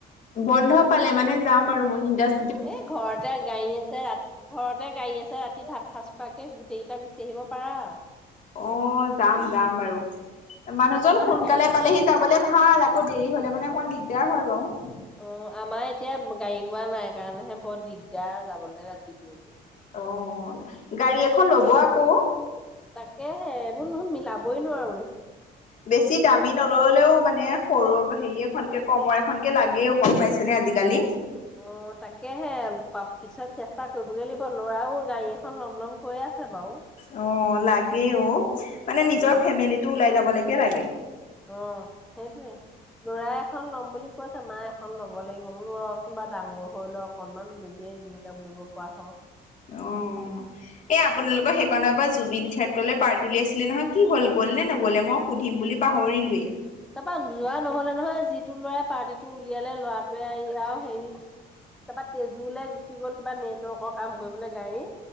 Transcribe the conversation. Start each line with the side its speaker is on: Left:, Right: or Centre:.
Left: বন্ধ পালে মানে, যাম আৰু মই ই
Centre: এ ঘৰতে গাড়ী আছে, ৰাতি ঘৰতে, গাড়ী আছে, ৰাতি ভাত খাজ খুৱাকে গোটেই কেইটা গুচি আহিব পাৰা।
Left: অ, যাম, যাম বাৰু। মানুহজন
Centre: আমাৰ
Left: সোনকালে
Centre: গাড়ী
Left: পালেহি, যাব। হলে ভাল, আকৌ দেৰি হলে মানে, অকমান দিগদাৰ হয় বাৰু।
Centre: অ, আমাৰ এতিয়া গাড়ী গুড়া নাই, কাৰণেহে বৰ দিগদাৰ যাবলৈ ৰাতি বিয়লি।
Left: অ, গাড়ী এখন ল'ব, আকৌ।
Centre: তাকেহে, এইবোৰ নো এই মিলাবই নোৱাৰো দেখোন।
Left: বেছি দামী নললেও, মানে সৰু হেৰি এখনকে কমৰ এখনকে, লাগেও গম পাইছেনে আজিকালি।
Centre: অ, তাকেহে, পিছত চেষ্টা কৰিবগৈ লাগিব, লৰাও গাড়ী এখন ল'ম, ল'ম কৈ আছে। বাৰু।
Left: অ, লাগেও মানে, নিজৰ
Centre: উম।
Left: ফেমিলিটো ওলাই যাব লাগে। কেতিয়া লগে।
Centre: অ, সেইটোৱে লৰাই এখন ল'ম বুলি কৈছে, মা এখন লব লাগিব, লচোন বা ডাঙৰ হৈ লও অকনমান, নিজে ইনকাম কৰিব পৰা হ।
Left: অ, এই আপোনালোকৰ সেইকনা পৰা জুবিন ক্ষেত্ৰলৈ পাৰটি উলিয়াইছিলে নহয়, কি হল, গল নে নগলে, মই সুধিম বুলি পাহৰিলোৱেই।
Centre: তাৰপা যোৱা নহলে নহয়, যিটো লৰাই পাৰ্টিটো উলিয়ালে, ল'ৰাটোৱে আৰু হেৰি তাৰাপা, তেজুেলৈ গুচি গ'ল, কিবা নেটৱৰ্কৰ কাম কৰিবলৈ গাড়ী।